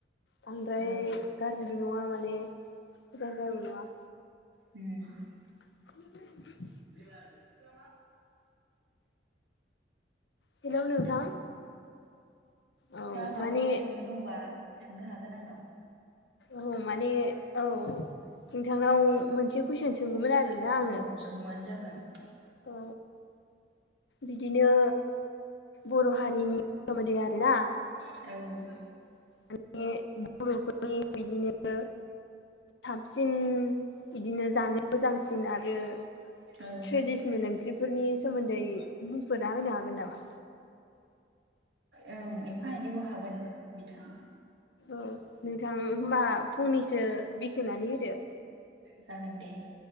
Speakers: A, on the left; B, on the right.
A: बांद्राय
B: औ
A: गाज्रिबो नङा माने मोजां दारायबो नङा
B: ए
A: आ <inaudible>
B: <unintelligible> औ नोंथाङा
A: हेलौ नोंथां औ
B: माबाफोर
A: माने
B: सोंनो दंबा सोंनो हागोन आंनाव
A: औ माने औ औ नोंथांनाव मोनसे कुइसन सोंगौमोन आरोना आङो
B: औ सोंबानो जागोन
A: औ बिदिनो बर' हारिनि सोमोन्दै आरोना
B: औ
A: माने बर'फोरनि बिदिनो साबसिन बिदिनो जानो मोजांसिन आरो
B: औ
A: ट्रेदिसनेल ओंख्रि फोरनि सोमोन्दै बुंफोरना होनो हागोन नामा?
B: ओं एफा एनैखौ हागोन बिथां
A: औ नोंथां होनबा फुंनिसो बेखेवनानै होदो
B: जागोन दे